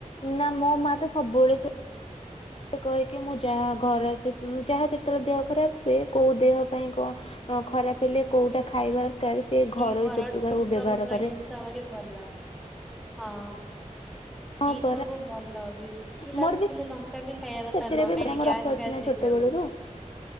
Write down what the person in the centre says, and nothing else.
ହଁ।
ଏଇ ଘର
ଟୁଟୁକା
ମୁଟୁକା
ଜିନିଷ ଆହୁରି ଭଲ ହଁ।
ଏଇ
ସବୁ ଭଲ ବି ଖିଲା
ଫୁଖିଲା
ଲଙ୍କାବି ଖାଇବା କଥା
ନୁହଁ
କାହିଁକିନା
ଗ୍ୟାସ୍
ଫ୍ୟାସ
ସେଥିରେ
ହଉଚି।